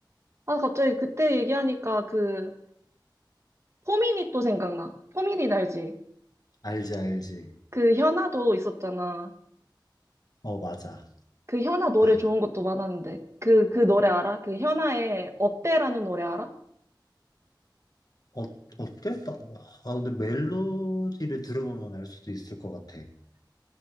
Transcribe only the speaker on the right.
아, 갑자기 그때 얘기하니까 그 포미닛 또 생각나. 포미닛 알지?
그 현아도 있었잖아.
그 현아 노래
좋은 것도 많았는데. 그, 그 노래 알아? 그 현아의 업대라는 노래 알아?